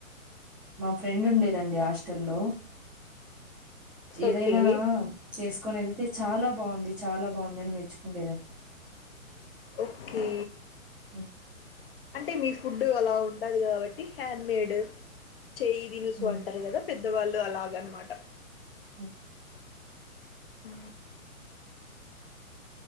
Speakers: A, in the centre; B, on the left.
A: మా ఫ్రెండ్ ఉండేదండి హాస్టల్లో ఏదైనా
B: ఓకే
A: చేసు కొని వెళ్తే చాలా బావుంది చాలా బావుంది అని మెచ్చుకుండేదండ్
B: ఓకే
A: హ్మ్
B: అంటే మీ ఫుడ్ అలా ఉండదు కాబట్టి హ్యాండ్ మేడ్ చేయి దినుసు
A: హ్మ్
B: అంటారు కదా పెద్ద వాళ్ళు అలాగనమాట
A: మ్
B: ఉ